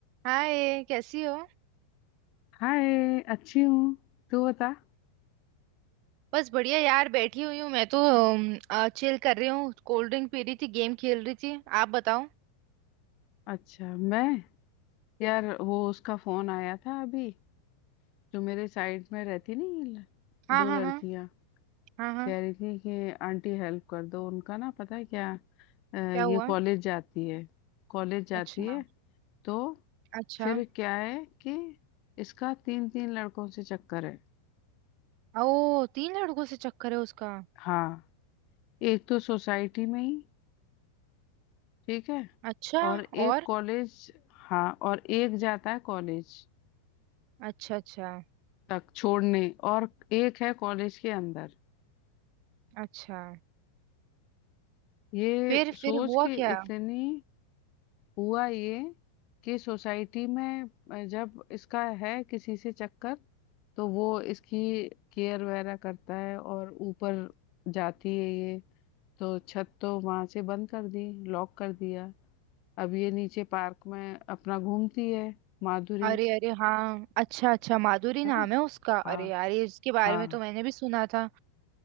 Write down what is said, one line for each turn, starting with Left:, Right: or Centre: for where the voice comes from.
Right: हाय कैसी हो
Left: हाय अच्छी हूँ तू बता
Right: बस बढ़िया यार बैठी हुई हूँ मैं तो चिल कर रही हूँ कोल्ड ड्रिंक पी रही थी गेम खेल रही थी आप बताओ
Left: अच्छा मैं यार वो उसका फोन आया था अभी जो मेरे साइड में रहती नहीं ल-
Right: हाँ
Left: दो
Right: हाँ
Left: लड़कियां
Right: हाँ हाँ हाँ
Left: कह रही थी कि आंटी हेल्प कर दो उनका ना पता है क्या अ, ये
Right: क्या हुआ
Left: कॉलेज जाती है कॉलेज जाती
Right: अच्छा
Left: है तो
Right: अच्छा
Left: फिर क्या है कि इसका तीन तीन लड़कों से चक्कर है
Right: ओ तीन लड़कों से चक्कर है उसका
Left: हाँ एक तो सोसाइटी में ही ठीक है
Right: अच्छा
Left: और एक
Right: और
Left: कॉलेज हाँ और एक जाता है कॉलेज
Right: अच्छा अच्छा
Left: तक छोड़ने और एक है कॉलेज के अंदर
Right: अच्छा
Left: ये
Right: फिर
Left: सोच
Right: फिर हुआ
Left: के
Right: क्या
Left: इतनी हुआ ये कि सोसाइटी में अ, जब इसका है किसी से चक्कर तो वो इसकी केयर वगैरह करता है और ऊपर जाती है ये तो छत तो वहां से बंद कर दी लॉक कर दिया अब ये नीचे पार्क में अपना घूमती है माधुरी
Right: अरे अरे हाँ अच्छा अच्छा माधुरी नाम
Left: है ना
Right: है उसका अरे
Left: हाँ
Right: यार ये इसके बारे
Left: हाँ
Right: में तो मैंने भी सुना था